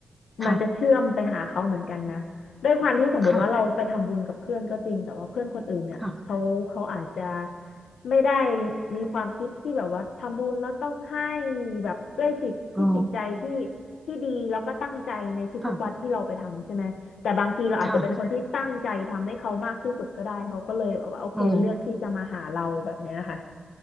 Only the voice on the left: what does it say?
มันจะเชื่อมไปหาเขาเหมือนกันนะด้วยความที่สมมุติว่าเราไปทำบุญกับเพื่อนก็จริงแต่ว่าเพื่อนคนอื่นเนี่ยเขาเขาอาจจะ
ไม่ได้มีความคิดที่แบบว่าทำบุญแล้วต้องให้แบบด้วยจิตที่จิตใจที่
ที่ดีแล้วก็ตั้งใจในทุกๆวัดที่เราไปทำใช่ไหมแต่บางทีเราอาจจะเป็นคนที่ตั้งใจทำให้เขามากที่สุดก็ได้เขาก็เลยแบบว่าโอเคเลือกที่จะมาหาเราแบบเนี้ยค่ะ